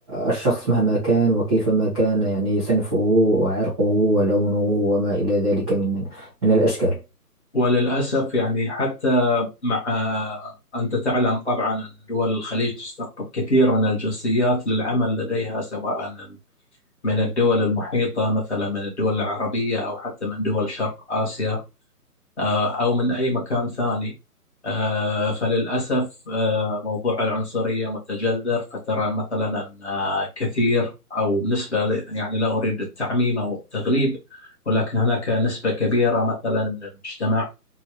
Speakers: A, in the centre; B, on the left.
A: الشخص مهما كان وكيفما كان يعني صنفه وعرقه ولونه وما إلى ذلك من من الأشكال
B: وللأسف يعني حتى مع أنت تعلم طبعا أن دول الخليج تستقطب كثير من الجنسيات للعمل لديها سواء من الدول المحيطة مثلا من الدول العربية أو حتى من دول شرق آسيا آه، أو من أي مكان ثاني آه، فللأسف آه، موضوع العنصرية متجذر فترى مثلا أن آه، كثير أو نسبة ل- يعني لا أريد التعميم أو التغليب ولكن هناك نسبة كبيرة مثلا من المجتمع